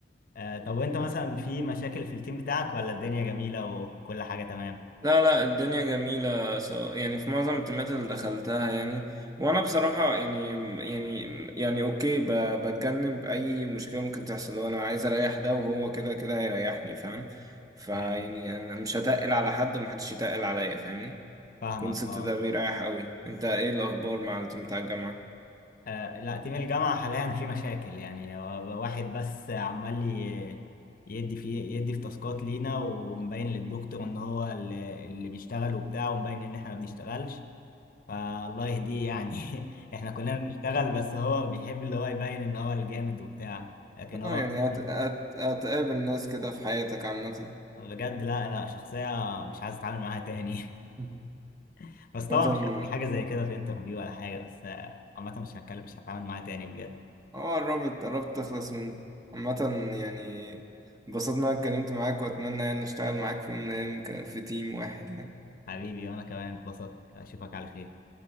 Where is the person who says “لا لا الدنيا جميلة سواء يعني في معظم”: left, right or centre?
Right